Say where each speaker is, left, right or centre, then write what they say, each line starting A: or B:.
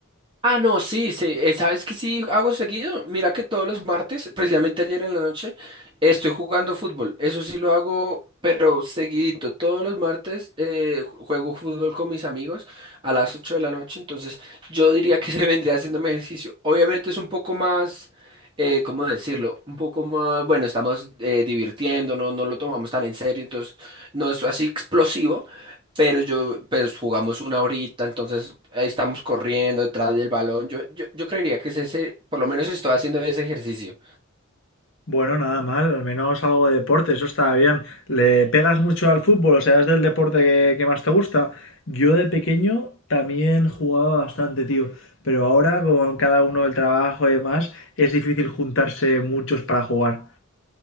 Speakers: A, on the right; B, on the left.
A: Ah, no, sí, sí, eh, ¿sabes qué sí hago seguido? Mira que todos los martes, precisamente ayer en la noche, estoy jugando fútbol. Eso sí lo hago, pero seguidito. Todos los martes eh, ju- juego fútbol con mis amigos a las 8 de la noche, entonces yo diría que <laughs> se vendría haciéndome ejercicio. Obviamente es un poco más, eh, ¿cómo decirlo? Un poco más, bueno, estamos eh, divirtiéndonos, no lo tomamos tan en serio, entonces no es así explosivo. Pero yo, pues jugamos una horita, entonces ahí estamos corriendo detrás del balón. Yo, yo, yo creería que es ese, por lo menos estoy haciendo ese ejercicio.
B: Bueno, nada mal, al menos algo de deporte, eso está bien. ¿Le pegas mucho al fútbol? O sea, ¿es del deporte que, que más te gusta? Yo de pequeño también jugaba bastante, tío, pero ahora con cada uno el trabajo y demás es difícil juntarse muchos para jugar.